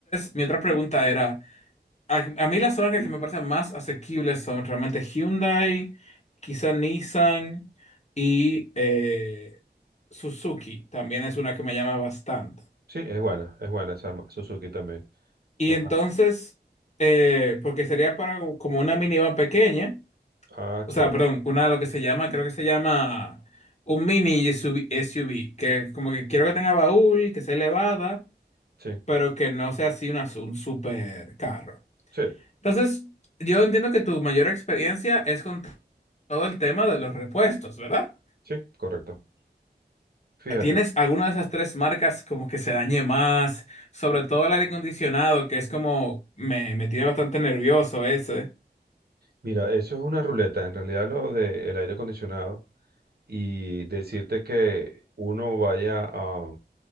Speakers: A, on the left (about 40°); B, on the right (about 65°).
A: mi otra pregunta era, a, a mí las marcas que me parecen más asequibles son realmente Hyundai, quizá Nissan y eh, Suzuki, también es una que me llama bastante.
B: Sí, es buena, es buena esa ma- Suzuki también.
A: Y
B: Son,
A: entonces,
B: ah,
A: eh, porque sería para como una minivan pequeña,
B: ah,
A: o
B: chévere.
A: sea, perdón, una de lo que se llama, creo que se llama un mini SUV, SUV, que como que quiero que tenga baúl, que sea elevada,
B: Sí,
A: pero que no sea así una, un super carro.
B: sí.
A: Entonces, yo entiendo que tu mayor experiencia es con todo el tema de los repuestos, ¿verdad?
B: Sí, correcto. Fíjate,
A: ¿Tienes alguna de esas tres marcas como que se dañe más? Sobre todo el aire acondicionado, que es como me, me tiene bastante nervioso ese.
B: mira, eso es una ruleta, en realidad lo del aire acondicionado y decirte que uno vaya a,